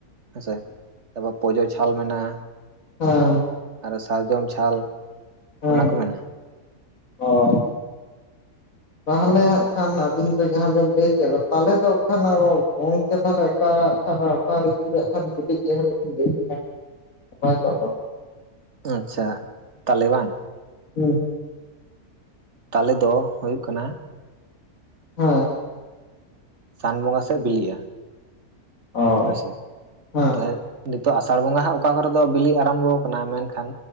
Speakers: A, on the right; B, on the left.
A: ᱦᱮᱸᱥᱮ ᱛᱟᱯᱚᱨ ᱯᱚᱡᱚᱼᱼ ᱪᱷᱟᱞ ᱢᱮᱱᱟᱜᱼᱟ᱾
B: ᱦᱮᱻᱻ
A: ᱟᱨ ᱥᱟᱨᱡᱚᱢ ᱪᱷᱟᱞ᱾
B: ᱦᱳᱭ
A: ᱚᱱᱟ ᱠᱚ ᱢᱮᱱᱟᱜᱼᱟ
B: ᱦᱚᱭ ᱛᱟᱦᱚᱞᱮ ᱦᱟᱸᱜ ᱠᱷᱟᱱ ᱟᱹᱵᱤᱱ ᱫᱚ ᱡᱟᱦᱟᱸ ᱵᱤᱱ ᱞᱟᱹᱭ ᱠᱮᱫ ᱫᱚ ᱛᱟᱞᱮ ᱫᱚ ᱟᱸᱜ ᱠᱷᱟᱱ ᱟᱨᱚ ᱜᱚᱝᱠᱮ ᱛᱟᱦᱞᱮ ᱚᱠᱟ ᱠᱷᱟᱱᱼᱼ ᱚᱠᱟ ᱨᱤᱛᱩ ᱨᱮ ᱟᱸᱜ ᱠᱷᱟᱱ ᱠᱟᱹᱴᱤᱡ ᱡᱮ ᱠᱟᱴᱤᱡ ᱵᱮᱱ ᱞᱟᱹᱭ ᱠᱮᱠᱷᱟᱱ ᱱᱟᱯᱟᱭ ᱠᱚᱜ ᱫᱚ
A: ᱟᱪᱪᱷᱟ ᱛᱟᱞᱮ ᱵᱟᱝ?
B: ᱦᱩᱸ
A: ᱛᱟᱞᱮ ᱫᱚ ᱦᱩᱭᱩᱜ ᱠᱟᱱᱟᱼᱼ
B: ᱦᱮ
A: ᱥᱟᱱ ᱵᱚᱸᱜᱟ ᱥᱮᱜ ᱵᱤᱞᱤᱜᱼᱟ᱾
B: ᱚ
A: ᱦᱳᱭᱥᱮ
B: ᱦᱮᱸ
A: ᱛᱟᱦ ᱱᱤᱛᱚᱜ ᱟᱥᱟᱲ ᱵᱚᱸᱜᱟ ᱦᱚᱸ ᱚᱠᱟ ᱠᱚᱨᱮ ᱫᱚ ᱵᱤᱞᱤ ᱟᱨᱟᱢᱵᱚ ᱠᱟᱱᱟ ᱢᱮᱱᱠᱷᱟᱱᱼᱼ